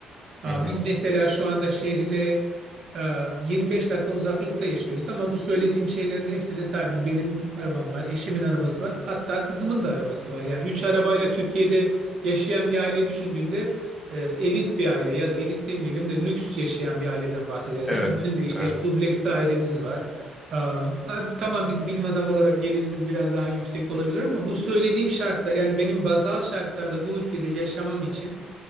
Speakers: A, on the right; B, in the centre.
A: Aa,
B: Hı hı.
A: Biz mesela şu anda şehre e, 25 dakika uzaklıkta yaşıyoruz ama bu söylediğim şeylerin hepsine sahibim. Benim arabam var, eşimin arabası var, hatta kızımın da arabası var. Yani 3 arabayla Türkiye'de yaşayan bir aileyi düşündüğünde e, elit bir aile ya da elit demeyelim de lüks yaşayan bir aileden bahsederiz
B: Evet,
A: değil mi? Bizim de işte
B: evet.
A: dubleks dairemiz var. Am, abi Tamam biz bilim adamı olarak gelirimiz biraz daha yüksek olabilir ama bu söylediğim şartlar yani benim bazal şartlarda bu ülkede yaşamam için